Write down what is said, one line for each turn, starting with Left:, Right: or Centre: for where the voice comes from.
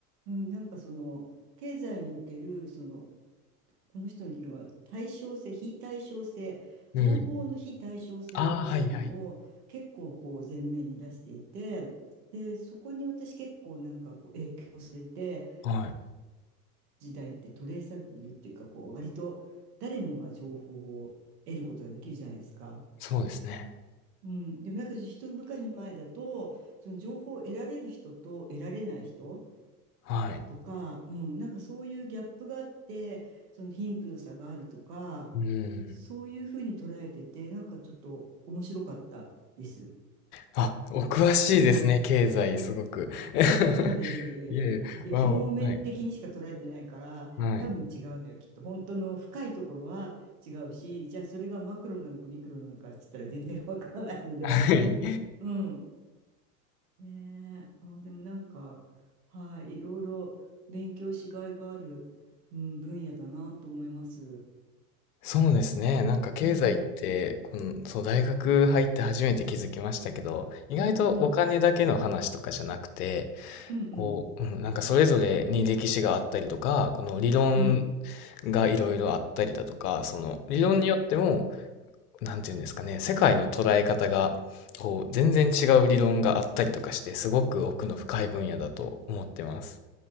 Right: うん、なんかその、経済における、その、この人の理論は対称性、非対称性、
Left: うん。
Right: 情報の非対称性っていうのを結構こう前面に出していて、
Left: ああ、はいはい。
Right: で、そこに私結構なんかこう影響されて、
Left: はい。
Right: 時代ってトレーサブルっていうか、こう、割と誰もが情報を得ることができるじゃないですか。
Left: そうですね。
Right: うん。でもなんか一昔前だと、その情報を得られる人と得られない人
Left: はい。
Right: とか、うん、なんかそういうギャップがあって、その貧富の差があるとか、
Left: うん。
Right: そういうふうに捉えてて、なんかちょっと面白かったです。
Left: あ、お詳しいですね。
Right: うん。
Left: 経済、すごく。<laughs>
Right: いやいやいやいやいやいや、
Left: いえいえ、
Right: いや表面的にしか捉えてないから多分違うのよきっと本当の深いところは違うしじゃあそれがマクロなのかミクロなのかって言ったら全然わからないので
Left: わお。はい。はい。はい。
Right: うんねえあでもなんかはいいろいろ勉強しがいがある、うん、分野だなと思います。
Left: そうですね。なんか経済って、
Right: うんうん
Left: この、そう、大学入って初めて気づきましたけど、意外とお金だけの話とかじゃなくて、
Right: うんうん
Left: こう、うん、なんかそれぞれに歴史があったりとか、この理論
Right: うん
Left: がいろいろあったりだとか、その理論によっても、
Right: うん
Left: なんていうんですかね、世界の捉え方が、こう、全然違う理論があったりとかして、すごく奥の深い分野だと思ってます。